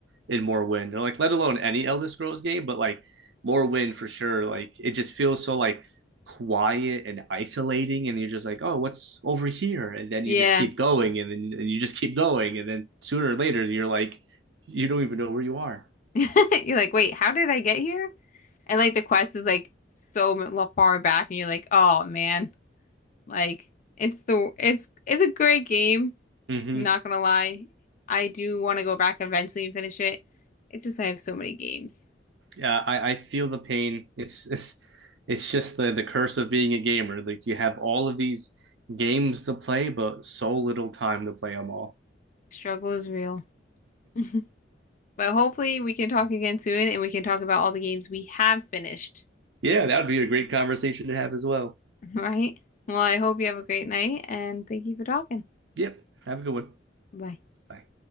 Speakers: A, on the right (about 75°); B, on the left (about 45°).
A: in more wind, or like let alone any Elder Scrolls game, but like more wind for sure. Like it just feels so like quiet and isolating, and you're just like, oh, what's over here? And then
B: Yeah.
A: you just keep going, and then and you just keep going, and then sooner or later you're like, you don't even know where you are.
B: <laughs> You're like, wait, how did I get here? And like the quest is like so m- far back, and you're like, oh man, like it's the it's it's a great game.
A: Mm-hmm.
B: Not gonna lie, I do want to go back eventually and finish it. It's just I have so many games.
A: yeah, I, I feel the pain. It's it's it's just the the curse of being a gamer. Like you have all of these games to play, but so little time to play them all.
B: Struggle is real. <laughs> But hopefully we can talk again soon and we can talk about all the games we have finished.
A: Yeah, that would be a great conversation to have as well.
B: Right? Well, I hope you have a great night and thank you for talking.
A: Yep. Have a good one.
B: Bye.
A: Bye.